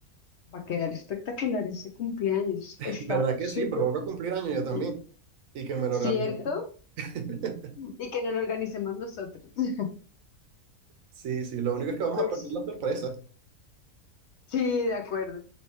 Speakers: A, on the left; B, on the right.
A: Va a quedar espectacular ese cumpleaños.
B: <laughs>
A: Está
B: ¿verdad que
A: súper
B: sí? Porque voy a cumplir años yo también
A: bien.
B: y que me lo
A: ¿Cierto?
B: organice. <laughs>
A: Y que no lo organicemos nosotros. <laughs>
B: Sí, sí, lo único es que vamos
A: Pues
B: a perder
A: sí.
B: la sorpresa.
A: Sí, de acuerdo.